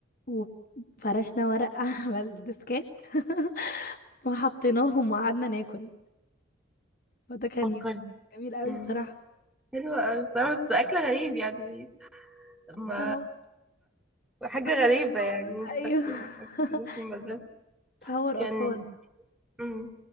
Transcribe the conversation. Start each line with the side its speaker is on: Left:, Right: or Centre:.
Left: وفرشنا ورق <laughs> على الديسكات <laughs> وحطيناهم وقعدنا ناكل وده كان
Centre: فكرت
Left: يوم جميل قوي
Centre: مم.
Left: بصراحة
Centre: حلوة أوي بصراحة بس أكل غريب يعني ما
Left: تهور
Centre: حاجة غريبة
Left: أطفال
Centre: يعني مش
Left: أيوه
Centre: فاكرة فاكرة
Left: <laughs>
Centre: في المدرسة
Left: تهور
Centre: كان
Left: أطفال
Centre: مم.